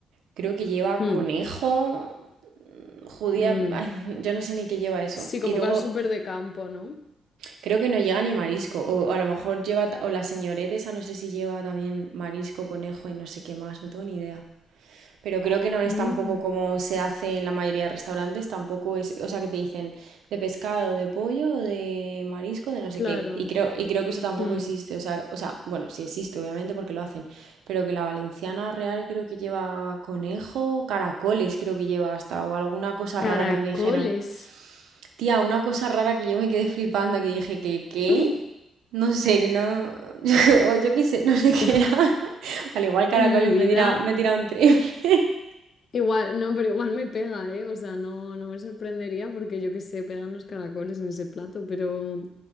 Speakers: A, on the right (about 80°); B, on the left (about 40°).
A: creo que lleva
B: mm,
A: conejo, judía.
B: mm.
A: ay, yo no sé ni qué lleva eso.
B: Sí, como
A: Y luego
B: cosas súper de campo, ¿no?
A: Creo que no llega ni marisco. O a lo mejor lleva, o la señorita esa no sé si lleva también marisco, conejo y no sé qué más, no tengo ni idea. Pero creo que no es
B: Mm,
A: tampoco como se hace en la mayoría de restaurantes, tampoco es, o sea, que te dicen de pescado, de pollo, de marisco, de no sé
B: claro.
A: qué. Y creo, y creo que eso tampoco
B: Mm.
A: existe, o sea, o sea, bueno, sí existe, obviamente, porque lo hacen, pero que la valenciana real creo que lleva conejo, caracoles creo que lleva hasta, o alguna cosa
B: Caracoles.
A: rara que a mí me dijeron. Tía, una cosa rara que yo me quedé flipando, que dije que, ¿qué?
B: <laughs>
A: No sé, que no... <laughs> o yo qué sé, no sé
B: Yo,
A: qué era. <laughs> Al igual caracoles
B: en mi vida,
A: me tira, me tira un triple.
B: igual, no, pero igual me pega, ¿eh? O sea, no, no me sorprendería porque yo qué sé, pegan los caracoles en ese plato, pero,